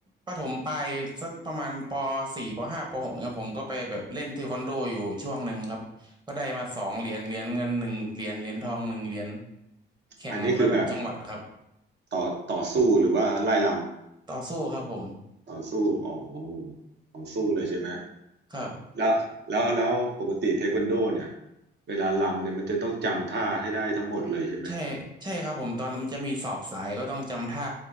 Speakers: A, on the right (about 20°); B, on the right (about 60°).
A: ประถมปลายสักประมาณปสี่ปห้าปหกเนี่ยผมก็ไปแบบเล่นเทควันโดอยู่ช่วงหนึ่งครับก็ได้มาสองเหรียญเหรียญเงินหนึ่งเหรียญเหรียญทองหนึ่งเหรียญแข่งระดับจังหวัดครับ
B: อันนี้คือแบบต่อต่อสู้หรือว่าไล่ลำ
A: ต่อสู้ครับผม
B: ต่อสู้อ๋อของสู้เลยใช่ไหม
A: ครับ
B: แล้วแล้วแล้วปกติเทควันโดเนี่ยเวลาลำเนี่ยมันจะต้องจำท่าให้ได้ทั้งหมดเลยใช่ไหม
A: ใช่ใช่ครับผมตอนนั้นมันจะมีสอบสายก็ต้องจำท่า